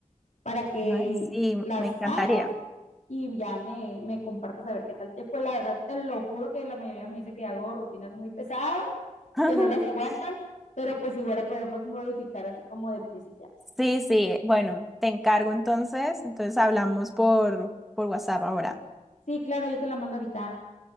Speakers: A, on the left; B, in the centre.
A: para que
B: <laughs> Ay, Sí,
A: las
B: me encantaría.
A: hagas y ya me, me compartas a ver qué tal te fue. La verdad, te lo juro que la mayoría me dice que hago rutinas muy pesadas,
B: <laughs>
A: que no las aguantan, pero pues igual la podemos modificar así como de principiantes.
B: Sí, sí, bueno, te encargo entonces. Entonces hablamos por, por WhatsApp ahora.
A: Sí, claro, yo te la mando ahorita.